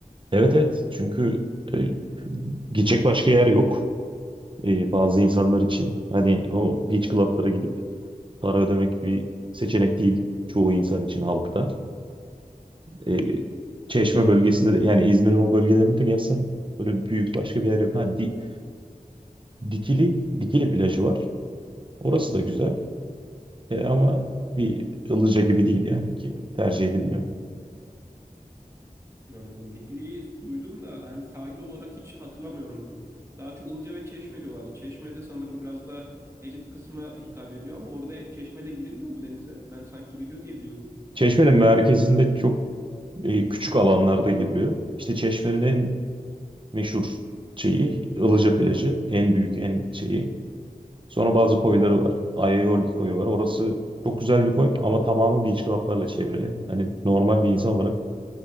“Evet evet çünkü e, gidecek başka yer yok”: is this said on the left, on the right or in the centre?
Right